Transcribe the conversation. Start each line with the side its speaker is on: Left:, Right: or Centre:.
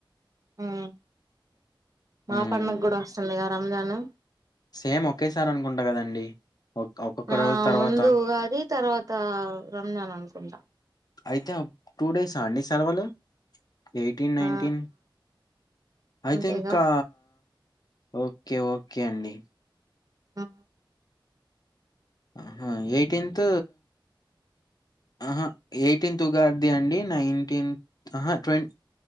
Right: హ్ మా
Left: హ్మ్
Right: పండుగ కూడా వస్తుంది కద రాంజాను
Left: సేమ్ ఒకేసారి అనుకుంటా కదండి ఒక్కొక్క
Right: ఆ
Left: రోజు తర్వాత
Right: ముందు ఉగాది తర్వాత రంజాన్ అనుకుంటా
Left: అయితే టూ డేసా అండి సెలవులు ఎయిటీన్ నైన్టీన్
Right: ఆ
Left: ఐతే
Right: అంతేగా
Left: ఇంకా ఓకే ఓకే అండి
Right: హ్
Left: హా హా ఎయిటీన్త్ ఆహ ఎయిటీన్త్ ఉగాది అండి నైన్టీన్త్హ ట్వన్